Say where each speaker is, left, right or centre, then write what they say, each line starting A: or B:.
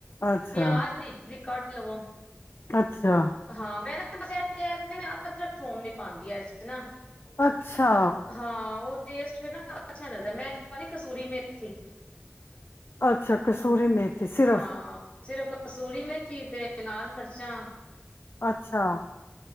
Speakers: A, on the left; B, on the left.
A: ਅੱਛਾ,
B: ਪਿਆਜ ਬਾਰੀਕ ਬਾਰੀਕ ਕੱਟ ਲਵੋ
A: ਅੱਛਾ,
B: ਹਾਂ ਮੈਂ ਨਾ ਥੋਮ ਨੀ ਪਾਉਂਦੀ ਯ ਨਾ
A: ਅੱਛਾ,
B: ਹਾਂ ਉਹ ਟੈਸਟ ਫਿਰ ਨਾ ਅੱਛਾ ਨੀ ਲੱਗਦਾ ਮੈਂ ਤੇ ਪਾਣੀ ਆ ਕਸੂਰੀ ਮੇਥੀ
A: ਅੱਛਾ ਅਛ ਸੂਰੀ ਮੇਥੀ ਸਿਰਫ
B: ਹਾਂ ਸਿਰਫ ਕਸੂਰੀ ਮੇਥੀ ਤੇ ਲਾਲ ਮਿਰਚਾਂ
A: ਅੱਛਾ।